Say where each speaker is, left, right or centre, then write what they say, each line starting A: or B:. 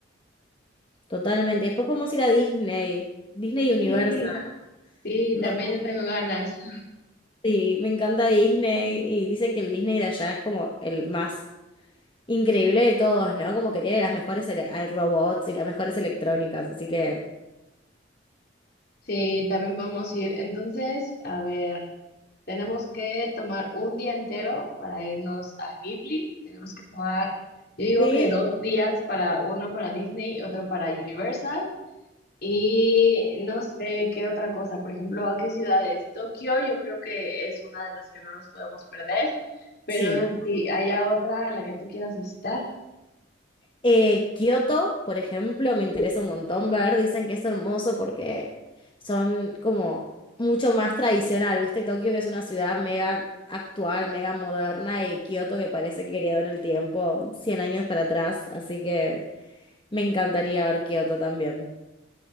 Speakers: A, on the left (about 25°); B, on the left (about 55°).
A: Totalmente. Después podemos ir a Disney, Disney
B: Sí,
A: Universal.
B: sí,
A: Re-
B: también yo tengo ganas.
A: Sí, me encanta Disney y dicen que el Disney de allá es como el más increíble de todos, ¿no? Como que tiene las mejores ele- eh, robots y las mejores electrónicas, así que
B: Sí, también podemos ir. Entonces, a ver, tenemos que tomar un día entero para irnos a Ghibli. Tenemos que tomar, yo digo
A: sí,
B: que dos días para uno para Disney, otro para Universal. Y no sé qué otra cosa. Por ejemplo, ¿a qué ciudades? Tokio, yo creo que es una de las que no nos podemos perder, pero
A: sí.
B: no sé si haya otra a la que tú quieras visitar.
A: Eh, Kioto, por ejemplo, me interesa un montón ver. Dicen que es hermoso porque son como mucho más tradicional, ¿viste? Tokio, que es una ciudad mega actual, mega moderna, y Kioto, que parece que quedó en el tiempo 100 años para atrás. Así que me encantaría ver Kioto también.